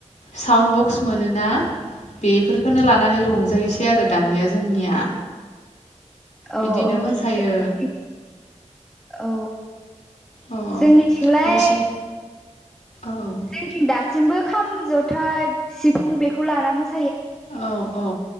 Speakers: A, on the left (about 80°); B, in the centre.
A: साउन्ड बक्स मोनोना बे बेफोरखौनो लानानै रंजायोसै आरो दानिया जोंनिया।
B: औ
A: बिदिनो
B: औ
A: मोसायो
B: जोंनिथिं औ
A: अ
B: जोंनिथिंलाय
A: नोंसि औ
B: जोंनि दासिमबो खाम जथा सिफुं बेखौ लाना मोसा
A: औ औ